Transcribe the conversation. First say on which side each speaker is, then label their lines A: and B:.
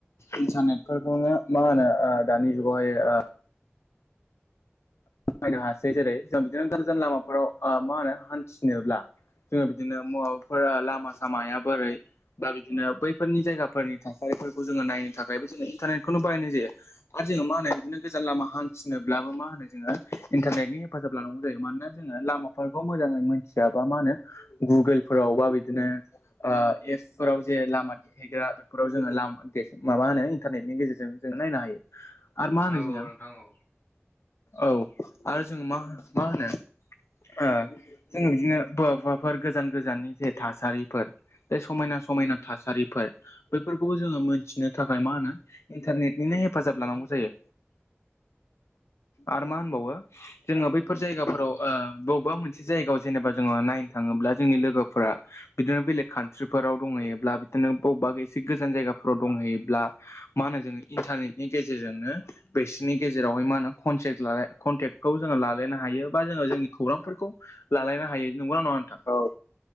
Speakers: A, on the left; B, on the left.
A: इन्टारनेट फोरखौनो मा होनो ओ दानि जुगावहाय ओ बायनो हासै जेरै जों बिदिनो गोजान लामाफोराव मा होनो हान्थिनोब्ला जोङो बिदिनो मावाबाफोर लामा सामाया बोरै बा बिदिनो बैफोरनि जायगाफोरनि थासारिफोरखौ जोङो नायनो थाखायबो जोङो इन्टारनेटखौनो बाहायनाय जायो। आरो जोङो मा होनो बिदिनो गोजान लामा हान्थिनोब्लाबो मा होनो जोङो इन्टारनेटनि हेफाजाब लानांगौ जायो मानोना जोङो लामाफोरखौ मोजाङै मिथियाबा मा होनो गुगोलफोराव बा बिदिनो ओ एपसफोराव जे लामा देखायग्रा बेफोराव जोङो लाम माबा होनो इन्टारनेटनि गेजेरजों जोङो नायनो हायो। आरो मा होनो
B: औ
A: जोंना
B: औ नोंथां औ
A: औ आरो जोङो मा मा होनो ओ जोङो बिदिनो बवाबाफोर गोजान गोजाननि जे थासारिफोर बे समायना समायना थासारिफोर बैफोरखौबो जोङो मोनथिनो थाखाय मा होनो इन्टारनेटनिनो हेफाजाब लानांगौ जायो आ <unintelligible> जोङो बैफोर जायगाफोराव ओ बबेबा मोनसे जायगायाव जेनेबा जोङो नायनो थाङोब्ला जोंनि लोगोफोरा बिदिनो बेलेग कान्ट्रिफोराव दंहैयोब्ला बिदिनो बबेबा एसे गोजान जायगाफोराव दंहैयोब्ला मा होनो जो इन्टारनेटनि गेजेरजोंनो बिसोरनि गेजेरावहाय मा होनो <unintelligible> लालाय कनटेक्टखौ जोङो लालायनो हायो बा जोङो जोंनि खौरांफोरखौ लालायनो
B: औ
A: हायो। नंगौना नङा नोंथां औ